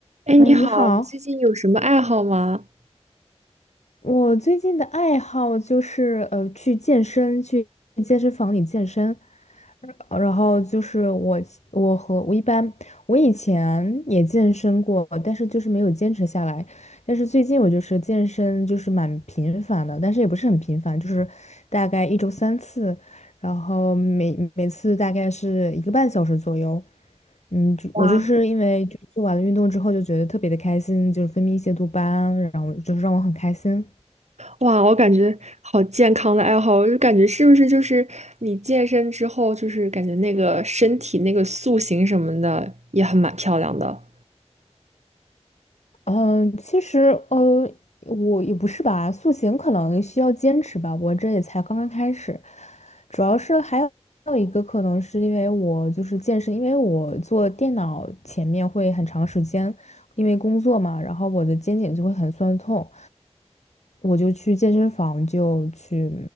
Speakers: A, on the right (about 75°); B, on the left (about 80°).
A: 哎，
B: 嗯，
A: 你好，
B: 你好，
A: 你最近有什么爱好吗？
B: 我最近的爱好就是呃去健身，去健身房里健身，呃然后就是我我和我一般我以前也健身过，但是就是没有坚持下来。但是最近我就是健身就是蛮频繁的，但是也不是很频繁，就是大概一周三次，然后每每次大概是一个半小时左右。嗯，就我就是因为就是做完了运动之后就觉得特别的开心，
A: 哇
B: 就是分泌一些多巴胺，然后就是让我很开心。
A: 哇，我感觉好健康的爱好，我就感觉是不是就是你健身之后，就是感觉那个身体那个塑形什么的也很蛮漂亮的。
B: 嗯，其实呃，我也不是吧，塑形可能需要坚持吧，我这也才刚刚开始，主要是还有还有一个可能是因为我就是健身，因为我坐电脑前面会很长时间，因为工作嘛，然后我的肩颈就会很酸痛，我就去健身房就去